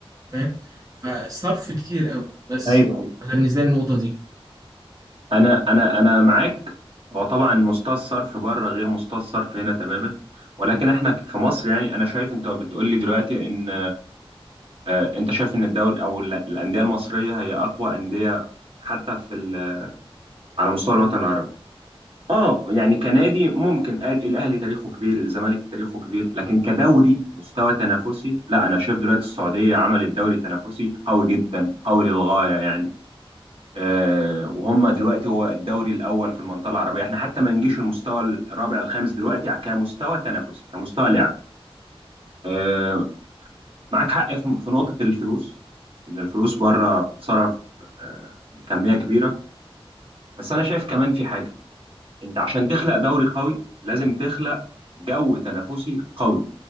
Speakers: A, on the right; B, on the right.
A: فاهم فالصرف كتير قوي بس
B: ايوه ايوه
A: أنا بالنسبة لي النقطة دي
B: انا انا انا معاك هو طبعا مستوى الصرف بره غير مستوى الصرف هنا تماما ولكن احنا ك- في مصر يعني انا شايف انت بتقول لي دلوقتي ان آه، انت شايف ان الدوري او ال- الانديه المصريه هي اقوى انديه حتى في ال على مستوى الوطن العربي اه يعني كنادي ممكن آه، الاهلي تاريخه كبير الزمالك تاريخه كبير لكن كدوري مستوى تنافسي لا انا شايف دلوقتي السعوديه عملت دوري تنافسي قوي جدا قوي للغايه يعني آه وهم دلوقتي هو الدوري الاول في المنطقه العربيه احنا حتى ما نجيش المستوى الرابع الخامس دلوقتي كمستوى تنافسي كمستوى لعب آه معاك حق في في نقطه الفلوس ان الفلوس بره بتتصرف آه بكميه كبيره بس انا شايف كمان في حاجه انت عشان تخلق دوري قوي لازم تخلق جو تنافسي قوي